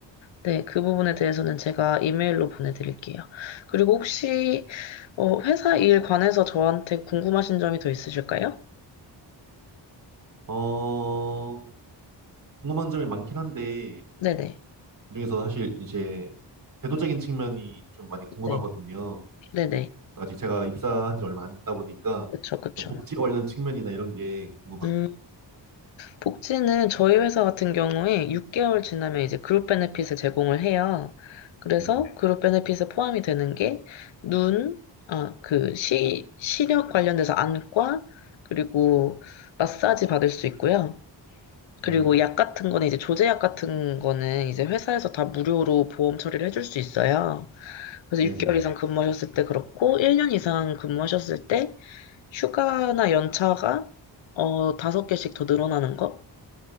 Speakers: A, on the left; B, on the right.
A: 네, 그 부분에 대해서는 제가 이메일로 보내드릴게요. 그리고 혹시, 어, 회사 일 관해서 저한테 궁금하신 점이 더 있으실까요?
B: 어, 궁금한 점이 많긴 한데
A: 네네,
B: 그중에서 사실 이제 제도적인 측면이 좀 많이 궁금하거든요.
A: 네, 네네,
B: 아직 제가 입사한 지 얼마 안 됐다 보니까
A: 그쵸, 그쵸.
B: 복지 관련 측면이나 이런 게 궁금합니다.
A: 음. 복지는 저희 회사 같은 경우에 6개월 지나면 이제 그룹 베네핏을 제공을 해요. 그래서
B: 네,
A: 그룹 베네핏에 포함이 되는 게 눈, 아, 그 시, 시력 관련돼서 안과, 그리고 마사지 받을 수 있고요.
B: 네,
A: 그리고 약 같은 거는 이제 조제약 같은 거는 이제 회사에서 다 무료로 보험 처리를 해줄 수 있어요. 그래서
B: 네,
A: 6개월
B: 네.
A: 이상 근무하셨을 때 그렇고, 1년 이상 근무하셨을 때 휴가나 연차가 어, 다섯 개씩 더 늘어나는 거?